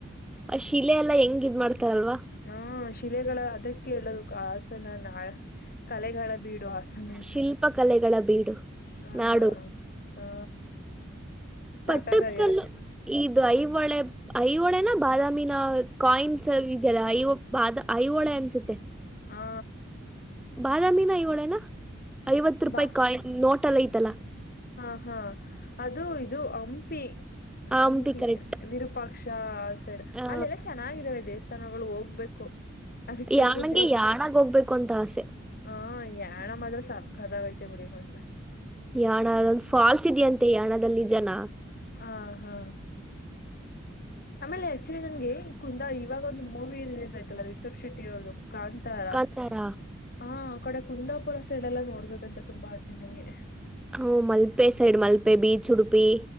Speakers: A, in the centre; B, on the left.
A: ಆ ಶಿಲೆ ಎಲ್ಲ ಹೆಂಗ ಇದ್ ಮಾಡ್ತಾರಲ್ವಾ.
B: ಹಾ ಶಿಲೆಗಳ ಅದಕ್ಕೆ ಹೇಳೋದು ಹಸನ ನ ಕಲೆಗಳ ಬೀಡು ಹಾಸನ ಅಂತ
A: ಶಿಲ್ಪ ಕಲೆಗಳ ಬೀಡು
B: ಹಾ
A: ನಾಡು.
B: ಹಾ. ಸಾಕಾಗಾಗಿರುತ್ತೆ
A: ಪಟ್ಟದ್ ಕಲ್ಲ ಇದು ಐಹೊಳೆ ಬಾ ಐಹೊಳೆನ ಬಾದಾಮಿನ ಕಾಯಿನ್ಸ್ ಇದ್ಯಲ್ಲ ಐ ಬಾದ ಐಹೊಳೆ ಅನ್ಸುತ್ತೆ.
B: ಹಾ.
A: ಬಾದಾಮಿನ ಇವಳೇನಾ ಐವತ್ತು ರೂಪಾಯಿ
B: ಬಾ
A: ಕಾಯಿ ನೋಟ ಎಲ್ಲ ಐತಲ್ಲಾ.
B: ಹಾ ಹಾ ಅದು ಇದು ಹಂಪಿ
A: ಆ
B: ಹಂಪಿ.
A: ಕರೆಕ್ಟ್
B: ವಿರೂಪಾಕ್ಷ ಆ ಸೈಡ್
A: ಆ
B: ಅಲ್ಲೆಲ್ಲಾ ಚೆನ್ನಾಗಿದಾವ ದೇವಸ್ಥಾನಗಳು ಹೋಗ್ಬೇಕು. ಅದಕ್ಕೆ
A: ಯಾಣಗೆ
B: ಹೇಳುದು ದೇ
A: ಯಾಣಾಗ ಹೋಗ್ಬೇಕು ಅಂತ ಆಸೆ.
B: ಹ ಯಾರಾಮ್ ಆದ್ರೆ ಸಕತ್ಅದಾವ ಬಿಡಿ ಮತ್ತೇ <unintelligible>
A: ಯಾಣ ಒ ಫಾಲ್ಸ್ ಇದೆಯಂತೆ ಯಾಣದಲ್ಲಿ ಜನ
B: ಆ ಹಾ ಆಮೇಲೆ ಅಚ್ಚುರಿ ನನ್ಗೆ ಕುಂದಾ ಇವಾಗ ಒಂದು ಮೂವಿ ರಿಲೀಸ್ ಯ್ತಲ್ಲಾ ರಿಷಬ್ ಶೆಟ್ಟಿ ಅವ್ರ್ದ ಕಾಂತಾರ
A: ಕಾಂತಾರ
B: ಹಾ ಆ ಕಡೆ ಕುಂದಾಪುರ ಸೈಡ್ ಎಲ್ಲ ನೋಡ್ಬೇಕಂತ ತುಂಬಾ ಆಸೆ ನಗೆ
A: ಹ ಮಲ್ಪೆ ಸೈಡ್ ಮಲ್ಪೆ ಬೀಚ್ ಉಡುಪಿ